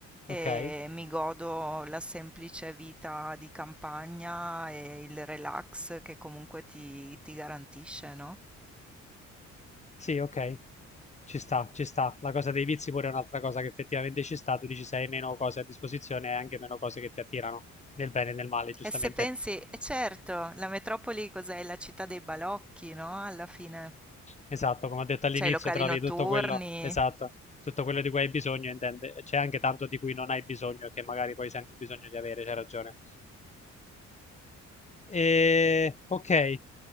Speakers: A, in the centre; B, on the left (about 25°).
A: e
B: Ok?
A: mi godo la semplice vita di campagna e il relax che comunque ti, ti garantisce, no?
B: Sì, ok, ci sta, ci sta. La cosa dei vizi pure è un'altra cosa che effettivamente ci sta. Tu dici se hai meno cose a disposizione e anche meno cose che ti attirano, nel bene e nel male, giustamente.
A: E se pensi, eh, certo, la metropoli cos'è? La città dei balocchi, no? Alla fine
B: Esatto, come ho detto all'inizio,
A: c'è i locali
B: trovi
A: notturni.
B: tutto quello, esatto, tutto quello di cui hai bisogno, intende, c'è anche tanto di cui non hai bisogno e che magari poi senti il bisogno di avere, c'è ragione. E, ok,